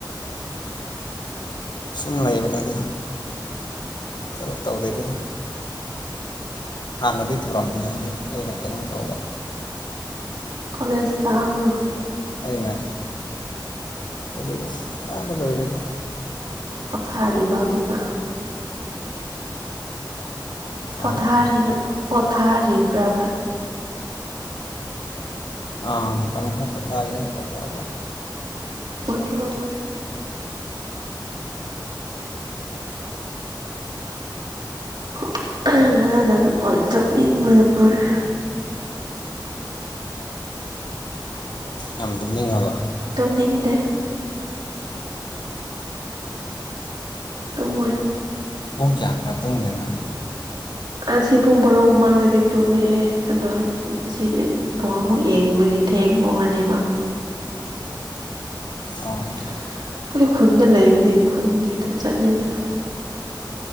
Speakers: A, on the left; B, on the right.
A: ꯁꯨꯝ ꯂꯩꯕꯅꯤꯗ ꯊꯕꯛ ꯇꯧꯗꯦꯗ ꯍꯥꯟꯅꯗꯤ ꯄꯨꯔꯝꯕꯅꯤ ꯑꯦꯅ ꯀꯦꯅꯣ ꯇꯧꯋꯦ
B: ꯀꯣꯂꯦꯖ ꯀꯥꯕ꯭ꯔꯣ
A: ꯑꯩꯅ ꯀꯣꯂꯦꯖ ꯀꯥꯕ ꯂꯣꯏꯔꯦꯗꯥ
B: ꯄꯣꯊꯥꯔꯤꯕ ꯍꯧꯖꯤꯛꯅꯥ ꯄꯣꯊꯥꯔꯤ
A: ꯍꯥ
B: ꯄꯣꯊꯥꯔꯤꯕ꯭ꯔꯕ
A: ꯑꯥ ꯃꯇꯝ ꯈꯔꯥ ꯄꯣꯊꯥꯒꯦꯅ ꯄꯣꯊꯕꯥ
B: ꯄꯣꯊꯥꯎ ꯄꯣꯊꯥꯎ <unintelligible> <unintelligible> ꯇꯨꯝꯅꯤꯡꯕꯅꯥ ꯉꯥꯎꯔꯦ
A: ꯌꯥꯝ ꯇꯨꯝꯅꯤꯡꯉꯕ
B: ꯇꯨꯝꯅꯤꯡꯗꯦ ꯇꯨꯝꯃꯣꯏ
A: ꯄꯨꯡ ꯀꯌꯥ ꯇꯨꯝꯗꯣꯏꯅꯣ
B: ꯑꯁꯤ ꯄꯨꯡ ꯚꯔꯣ ꯃꯃꯥꯡꯗꯗꯤ ꯇꯨꯝꯃꯦꯍꯦ ꯑꯗꯣ ꯉꯁꯤꯗꯤ ꯕꯣꯜ ꯑꯃꯨꯛ ꯌꯦꯡꯕꯒꯤ ꯊꯦꯡꯕ ꯋꯥꯅꯦꯕ
A: ꯑꯣ
B: ꯑꯩꯈꯣꯏꯗꯤ ꯈꯨꯟꯗꯥ ꯂꯩꯕꯅꯦ ꯈꯨꯟꯒꯤꯗ ꯆꯠꯂꯦꯗꯅ